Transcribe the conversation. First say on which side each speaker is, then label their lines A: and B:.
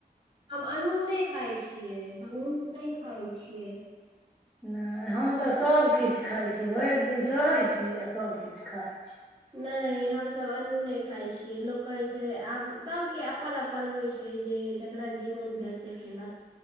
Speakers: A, on the right (about 30°); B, in the centre.
A: हम अनूने खाइ छियै हम नून नहि खाइ छियै।
B: नहि हम तऽ सभकिछ खाइ छी भरि दिन सहैइ छी आ सभकिछ खाइ छी।
A: नहि हमसभ अनूने खाइ छियै लोक कहै छै आब सभके अपन अपन होइत छै जे जकरा जे मोन भेल से खेलक